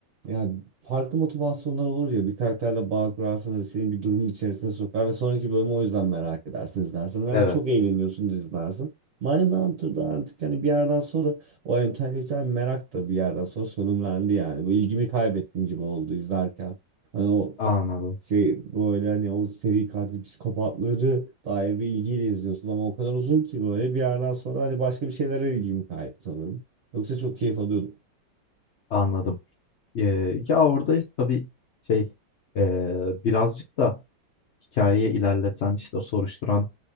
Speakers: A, on the right; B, on the left.
A: Yani farklı motivasyonlar olur ya bir karakterle bağ kurarsın ve seni bir durumun içerisine sokar ve sonraki bölümü o yüzden merak edersin izlersin veya
B: Evet,
A: çok eğleniyorsun da izlersin. Mindhunter'da artık hani bir yerden sonra o entelektüel merak da bir yerden sonra sonumlandı yani. Bu ilgimi kaybettim gibi oldu izlerken. Hani o
B: anladım,
A: şey böyle hani o seri katil psikopatları dair bir ilgiyle izliyorsun ama o kadar uzun ki böyle bir yerden sonra hani başka bir şeylere ilgimi kaydı sanırım. Yoksa çok keyif alıyordum.
B: anladım. Eee, ya, orada tabii şey, eee, birazcık da hikayeyi ilerleten, işte, o soruşturan,